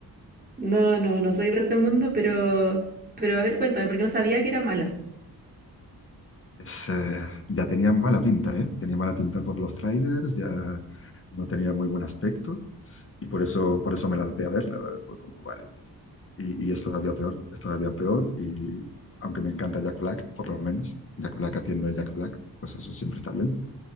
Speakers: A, on the right (about 25°); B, on the left (about 35°).
A: No, no, no soy de ese mundo, pero, pero a ver, cuéntame, porque no sabía que era mala.
B: Es, eh, ya tenía mala pinta, ¿eh? Tenía mala pinta por los trailers, ya no tenía muy buen aspecto y por eso, por eso me lancé a verla. ¿vale? Fue como, vale. Y, y es todavía peor, es todavía peor y aunque me encanta Jack Black, por lo menos, Jack Black haciendo a Jack Black, pues eso siempre está bien.